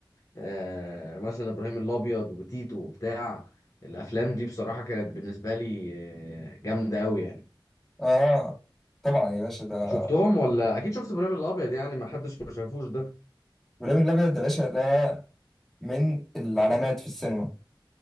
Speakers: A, on the left; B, in the centre.
A: آه، مثلا ابراهيم الابيض وتيتو وبتاع الافلام دي بصراحه كانت بالنسبه لي آه، جامده قوي يعني
B: اه طبعا يا باشا ده
A: شفتهم ولا اكيد شفت ابراهيم الابيض يعني ما حدش ما شافوش ده
B: ابراهيم الابيض ده باشا ده من العلامات في السينما